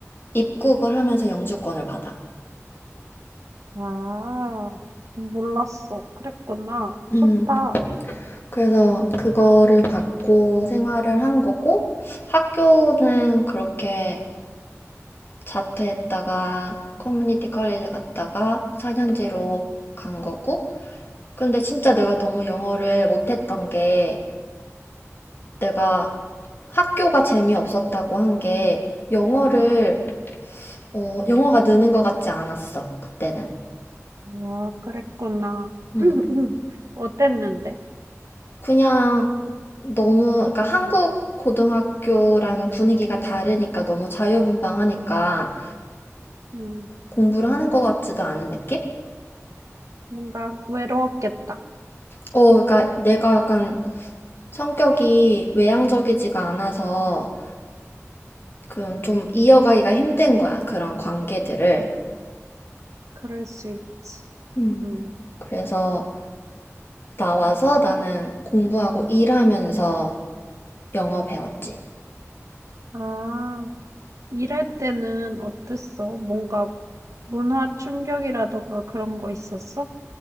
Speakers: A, on the left; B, on the right.
A: 입국을 하면서 영주권을 받아.
B: 아, 몰랐어. 그랬구나.
A: 음,
B: 좋다.
A: 그래서 그거를 받고 생활을 한 거고, 학교는 그렇게 자퇴했다가 커뮤니티 컬리지 갔다가 4년제로 간 거고, 근데 진짜 내가 너무 영어를 못했던 게, 내가 학교가 재미없었다고 한 게, 영어를, 어, 영어가 느는 것 같지 않았어, 그때는.
B: 아, 그랬구나.
A: 음.
B: <clears throat> 어땠는데?
A: 그냥 너무, 그러니까 한국 고등학교랑은 분위기가 다르니까 너무 자유분방하니까
B: 음.
A: 공부를 하는 것 같지도 않은 느낌?
B: 뭔가 외로웠겠다.
A: 어, 그러니까 내가 약간 성격이 외향적이지가 않아서 그좀 이어가기가 힘든 거야, 그런 관계들을.
B: 그럴 수 있지.
A: 음.
B: 음.
A: 그래서 나와서 나는 공부하고 일하면서 영어 배웠지.
B: 아, 일할 때는 어땠어? 뭔가 문화 충격이라던가 그런 거 있었어?